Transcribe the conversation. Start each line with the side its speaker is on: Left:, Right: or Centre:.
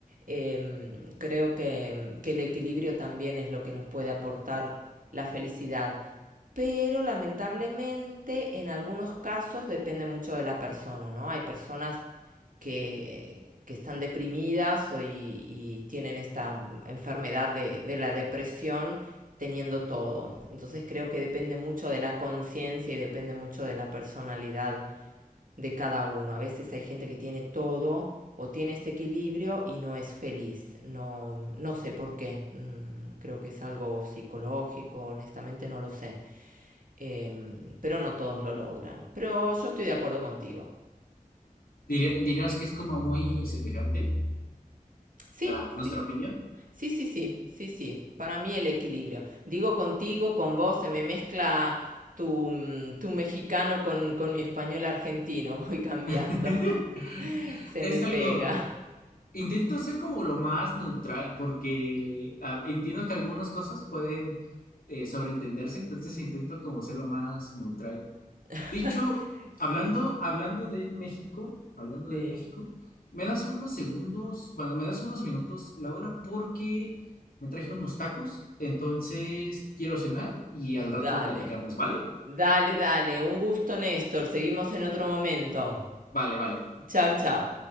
Right: Em, creo que, mm, que el equilibrio también es lo que nos puede aportar la felicidad pero lamentablemente en algunos casos depende mucho de la persona, ¿no? Hay personas que, que están deprimidas o y, y tienen esta mm, enfermedad de, de la depresión teniendo todo. Entonces creo que depende mucho de la conciencia y depende mucho de la personalidad de cada uno. A veces hay gente que tiene todo o tiene este equilibrio y no es feliz. No, no sé por qué. Mm, creo que es algo psicológico, honestamente no lo sé. Eh, pero no todos lo logran. Pero yo estoy de acuerdo contigo.
Left: Diría- ¿Dirías que es como muy semejante
Right: Sí,
Left: a nuestra
Right: sí.
Left: opinión?
Right: Sí, sí, sí, sí, sí. Para mí el equilibrio. Digo contigo, con vos, se me mezcla tu, mm, tu mexicano con, con mi español argentino. Voy cambiando.
Left: <laughs>
Right: <laughs> Se
Left: Es
Right: me pega.
Left: algo... Intento ser como lo más neutral porque a- entiendo que algunas cosas pueden eh, sobreentenderse, entonces intento como ser lo más neutral.
Right: <laughs>
Left: Dicho, hablando,
Right: Sí,
Left: hablando de México, hablando
Right: sí.
Left: de México, me das unos segundos, bueno, me das unos minutos, Laura, porque me traje unos tacos, entonces quiero cenar y al rato
Right: Dale,
Left: platicamos, ¿vale?
Right: dale, dale. Un gusto, Néstor. Seguimos en otro momento.
Left: Vale, vale.
Right: Chau, chau.